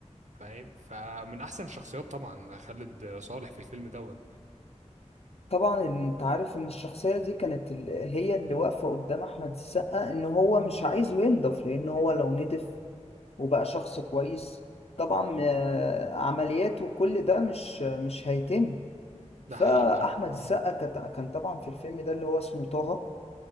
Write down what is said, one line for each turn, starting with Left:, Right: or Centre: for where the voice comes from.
Right: فاهم فمن احسن الشخصيات طبعا خالد صالح في الفيلم دوت
Left: طبعا انت عارف ان الشخصية دي كانت ال- هي اللي واقفة قدام احمد السقا ان هو مش عايزه ينضف لان هو لو نضف وبقى شخص كويس طبعا آه، عملياته وكل ده مش مش هيتم فاحمد
Right: ده حقيقي فاهم
Left: السقا
Right: مم.
Left: كت- كان طبعا في الفيلم ده اللي هو اسمه طه